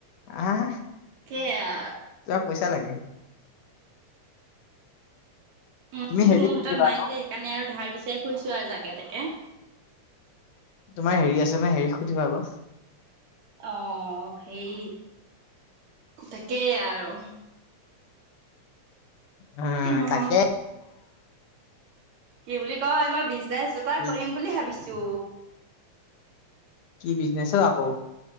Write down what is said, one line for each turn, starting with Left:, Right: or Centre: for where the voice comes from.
Left: আহ!
Right: কেয়া
Left: তোমাক পইচা লাগে।
Right: উম
Left: তুমি
Right: কিন্তু
Left: হেৰি
Right: মোৰ
Left: সুধিবা
Right: হাতত নাই
Left: আকৌ
Right: যে সেইকাৰণে আৰু ধাৰ বিচাৰি ফুৰিছো আৰু যাক তাকে তাকে
Left: তোমাৰ হেৰি আছে নে হেৰি সুধিবা আকৌ
Right: অ সেই তাকেই আৰু
Left: উম
Right: অ
Left: তাকে
Right: কি বুলি কয় মই বিজনেচ এটা
Left: এই
Right: কৰিম বুলি ভাবিছো
Left: কি বিজনেছ অ আকৌ?